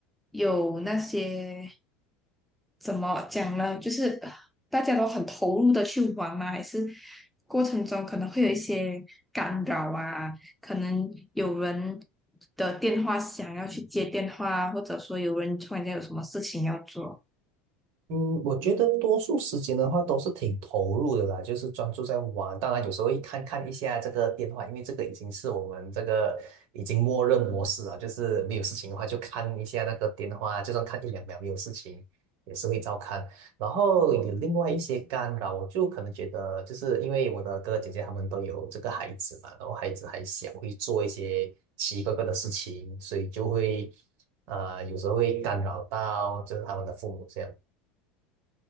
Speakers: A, in the centre; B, on the right.
A: 有那些怎么讲呢？就是大家都很投入的去玩吗？还是过程中可能会有一些干扰啊？可能有人的电话响要去接电话，或者说有人突然间有什么事情要做。
B: 嗯，我觉得多数时间的话都是挺投入的啦，就是专注在玩。当然，有时候会看看一下这个电话，因为这个已经是我们这个已经默认模式了，就是没有事情的话就看一下那个电话，就算看一两秒没有事情，也是会照看。然后有另外一些干扰，我就可能觉得，就是因为我的哥哥姐姐他们都有这个孩子嘛，然后孩子还小，会做一些奇奇怪怪的事情，所以就会呃有时候会干扰到就是他们的父母这样。